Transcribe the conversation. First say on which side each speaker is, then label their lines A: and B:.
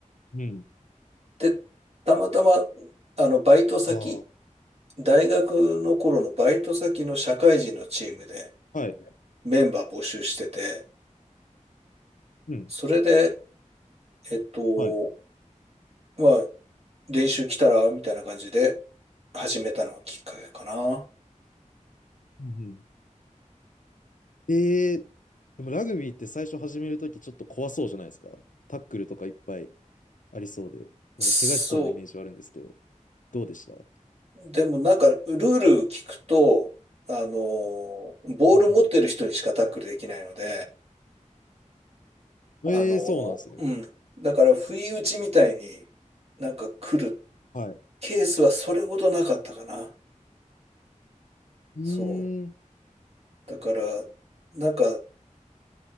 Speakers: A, on the left (about 80°); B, on the right (about 55°).
A: うん。
B: で、たまたま、あの、バイト先、
A: ああ、
B: 大学の頃のバイト先の社会人のチームで
A: はい。
B: メンバー募集してて、
A: うん、
B: それで、えっと、
A: はい。
B: まあ、練習来たらみたいな感じで始めたのがきっかけかな。
A: うん、うん。ええでもラグビーって最初始めるときちょっと怖そうじゃないですか。タックルとかいっぱいありそうで、なんか怪我しそうなイメージはあるんですけど、
B: そう。
A: どうでしたう
B: でもなんか、ルール聞くと、あの、ボール持ってる人にしかタックルできないので、
A: んうん、
B: あの、
A: ええそうなんですね。
B: うん。だから、不意打ちみたいになんか来る
A: はい。
B: ケースはそれほどなかったかな。
A: うーん。
B: そう。だから、なんか、